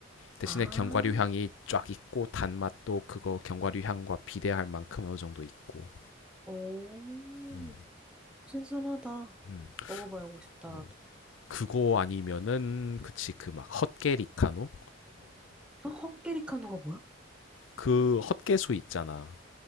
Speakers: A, on the left (about 80°); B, in the centre.
A: 대신에
B: 아,
A: 견과류 향이 쫙 있고 단맛도 그거 견과류 향과 비례할 만큼 어느 정도 있고
B: 오,
A: 음.
B: 신선하다.
A: 음.
B: 먹어봐야고 싶다,
A: 어.
B: 나도.
A: 그거 아니면은 그치 그 막 헛개리카노
B: 어, 헛개리카노가 뭐야?
A: 그 헛개수 있잖아